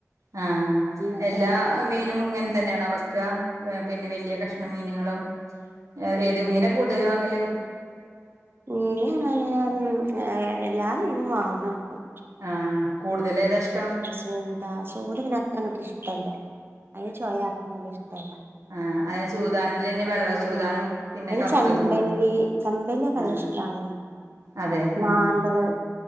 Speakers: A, on the right; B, on the right.
A: ആ
B: ഇന്നത്തൊക്കെ
A: എല്ലാ മീനും ഇങ്ങൻ തന്നെണോ വെക്ക പിന്നെ വല്യ കഷ്ണം മീനുകളും ഏ ഏത് മീന കൂടുതല് വാങ്ങല്
B: മീന് പർഞ്ഞാല് എല്ലാ മീനും വാങ്ങക്കും
A: ആഹ് കൂടുതല് ഏതാ ഇഷ്ടം
B: സൂദ സൂദ പിന്നെ അത്രങ്ങട്ട് ഇഷ്ടല്ല അഴിന് ചോയാ <unintelligible> ഇഷ്ടല്ല
A: ആ അഴിന് സൂതാൻലന്നെ വെള്ള ചൂതാനും
B: ആഹ്
A: പിന്നെ കറുത്തതുണ്ട്
B: ചെമ്പല്ലി ചെമ്പല്ലി ഒക്കെ നല്ല
A: ആഹ്
B: ഇഷ്ടാണ്
A: അതെ
B: മാന്തള്
A: ആഹ്